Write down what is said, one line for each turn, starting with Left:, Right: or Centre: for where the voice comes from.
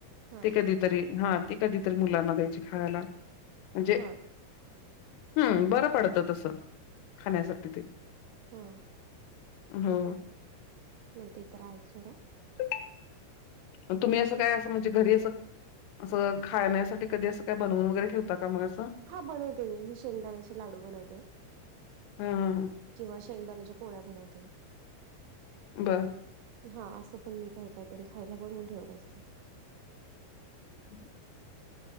Right: हा
Left: ते कधीतरी हा ती कधीतरी मुलांना द्यायची खायला. म्हणजे
Right: हा
Left: हम् बरं पडतं तसं खाण्यासाठी ते
Right: हा..
Left: हा..
Right: नाही ते तर आहेच सोडा.
Left: <unintelligible> तुम्ही असं काय असं म्हणजे घरी असं असं खाण्यासाठी कधी असं काय बनवून वगैरे ठेवता का मग असं?
Right: हा बनवते मी शेंगदाण्याचे लाडू बनवते.
Left: हा हा हा
Right: किंवा शेंगदाण्याच्या पोळ्या बनवते.
Left: बरं
Right: हा असं पण मी काही काहीतरी खायला बनवून ठेवत असते.
Left: हम् <unintelligible>